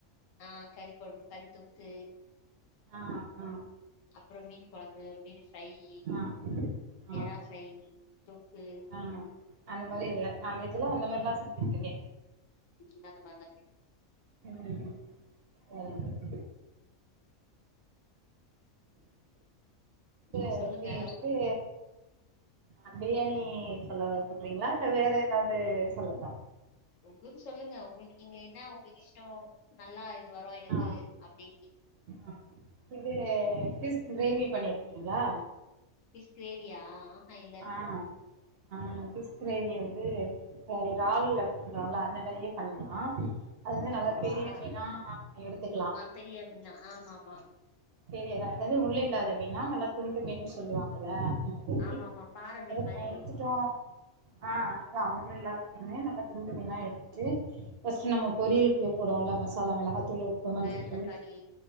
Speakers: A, on the left; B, on the right.
A: ஆ கறி கொழம்பு கறித்தொக்கு
B: ஆ ஆ
A: அப்றோ மீன் கொழம்பு மீன் ஃப்ரைஇ
B: ஆ ஆ
A: எறா ஃப்ரை தொக்கு
B: ஆ அந்த மாரி இல்ல
A: ம்
B: நான்வெஜ் எல்லா அந்த மாரிலா செஞ்சிருக்கீங்க
A: ம் அந்த மார்லா செஞ்
B: ம் ம் வேறென்ன
A: நீங்க
B: பசி
A: சொல்லுங்க
B: இது அந்த பிரியாணி சொல்ல சொல்றீங்ளா இல்ல வேற ஏதாவது சொல்லவா
A: உங்ளுக்கு சொல்லுங்க உங்ளுக்கு நீங்க என்ன உங்ளுக்கு இஷ்டோ நல்லா இது வரு எனக்கு
B: ஆ
A: அப்டிஇப்டி
B: ஆ இது பிஸ் கிரேவி பண்ணீர்க்கீங்ளா
A: ஃபிஷ் கிரேவியா ஆஹா இல்
B: ஆ ஆ ஃபிஸ் கிரேவிய வந்து இறால்ல பண்றோல அந்த மாரியே பண்லா அது வந்து
A: ஃபிஷ்
B: நல்ல பெரிய மீனா எடுத்துக்குலா
A: ஆ பெரிய மீனா ஆமாம்மா
B: பெரிய அதாவ்து முள்ளில்லாத மீனா நல்லா துண்டுமீன்னு
A: ம்
B: சொல்வாங்கல்ல அந்த மேரி
A: ஆமா ஆமா பாற மீன்
B: அதே
A: மாரி
B: படுத்துடோ ஆ அது அ முல்லில்லாத மீனு நல்ல துண்டு மீனா எடுத் டு ஃபஸ்டு நம்ம பொரியலுக்கு போடுவோல மசாலா மொளஹாத்தூளு உப்பு
A: வெங்காய
B: மஞ்சத்தூளு
A: தக்காளி